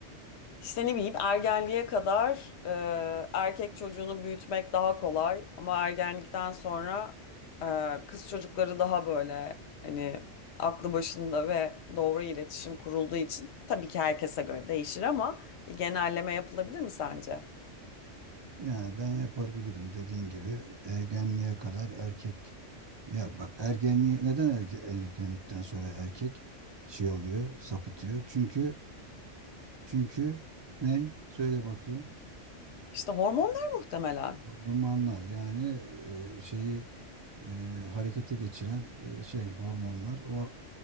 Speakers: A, on the left (about 65°); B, on the right (about 45°).
A: İşte ne bileyim ergenliğe kadar e, erkek çocuğunu büyütmek daha kolay ama ergenlikten sonra e, kız çocukları daha böyle hani aklı başında ve doğru iletişim kurulduğu için tabii ki herkese göre değişir ama bir genelleme yapılabilir mi sence?
B: Yani ben yapabilirim dediğin gibi ergenliğe kadar erkek ya bak ergenliğe neden erge- ergenlikten sonra erkek şey oluyor sapıtıyor çünkü çünkü ney söyle bakayım
A: İşte hormonlar muhtemelen.
B: hormonlar yani e, şeyi e, harekete geçiren e, şey hormonlar o